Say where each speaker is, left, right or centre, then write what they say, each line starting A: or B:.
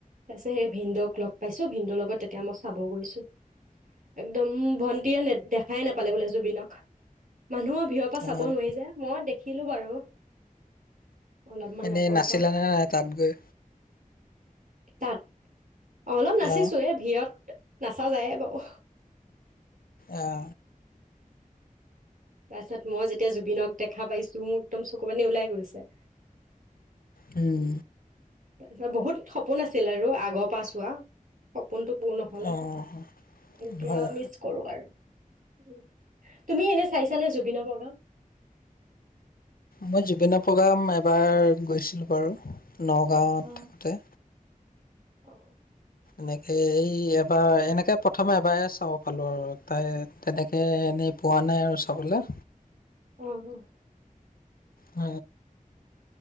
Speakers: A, on the right (about 70°); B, on the left (about 85°).
A: তাৰ পিছত সেই ভিনন্দুক লগ পাইছো ভিনন্দুৰ লগত তেতিয়া মই চাব গৈছো <inaudible> একদম ভণ্টিয়ে নে দেখাই নোপালে বোলে জুবিনক মানুহৰ ভিৰৰ পৰা
B: অ'
A: চাব নোৱাৰি যে। মই দেখি দেখিলো বাৰু অলপমান
B: এনেই
A: আঁতৰৰ
B: নাছিলানে
A: পৰা
B: ন তাত গৈ
A: তাত অ, অলপ নাচিছো
B: অ'
A: এ ভিৰত নাচা যায়ে বাবু
B: অ'।
A: তাৰপিছত মই যেতিয়া জুবিনক দেখা পাইছো মোক একদম চকু পানী ওলাই গৈছে।
B: উম
A: তাৰপিছত বহুত সপোন আছিল আৰু আগৰ পৰা চোৱা সপোনটো পূৰ নহলে
B: অ'
A: এতিয়া
B: হয়।
A: মিচ কৰো আৰু উম তুমি এনে চাইছানে জুবিনৰ বগা
B: মই জুবিনৰ প্ৰগ্ৰাম এবাৰ গৈছিলোঁ বাৰু। নগাঁৱত
A: অ',
B: থাকোঁতে
A: <inaudible>
B: এনেকে এই এবাৰ এনেকে প্ৰথমে এবাৰ চাব পালোঁ আৰু তাই তেনেকে এনেই পোৱা নাই আৰু চাবলৈ
A: আহ অ
B: উ